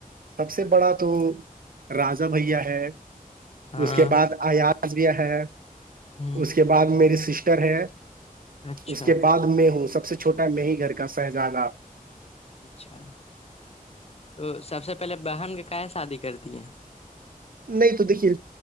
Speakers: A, on the right; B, on the left.
A: سب سے بڑا تو راجا بھیا ہے
B: ہاں
A: اس کے بعد ایازیا ہے
B: ہ
A: اس کے بعد میری سسٹر ہے
B: اچھا
A: اس کے بعد میں ہوں سب سے چھوٹا میں ہی گھر کا سہزانہ
B: اچھا تو سب سے پہلے بہن کے کہاں شادی کرتی ہے
A: نہیں تو دیکھیے